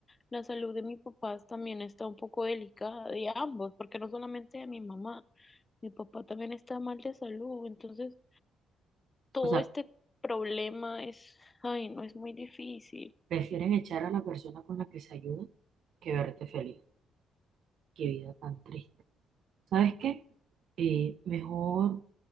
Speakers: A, on the left (about 25°); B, on the right (about 70°).
A: La salud de mis papás también está un poco delicada, de ambos, porque no solamente de mi mamá, mi papá también está mal de salud, entonces todo
B: O sea,
A: este problema es, ay, no es muy difícil.
B: prefieren echar a la persona con la que se ayuda que verte feliz. Qué vida tan triste. ¿Sabes qué? Eh, mejor